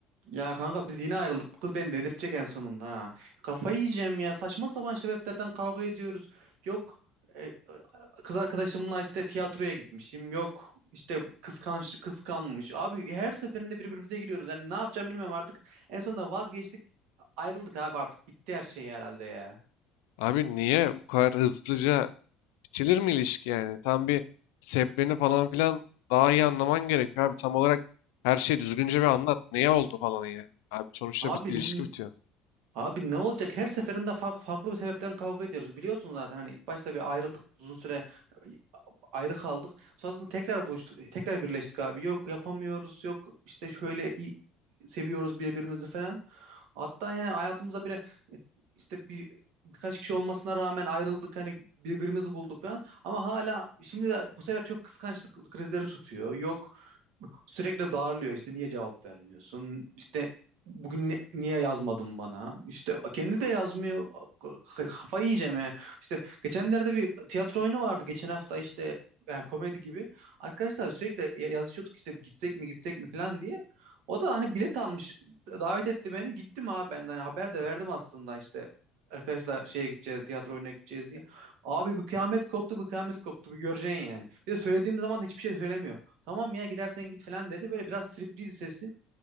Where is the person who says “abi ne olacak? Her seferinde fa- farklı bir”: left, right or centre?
Right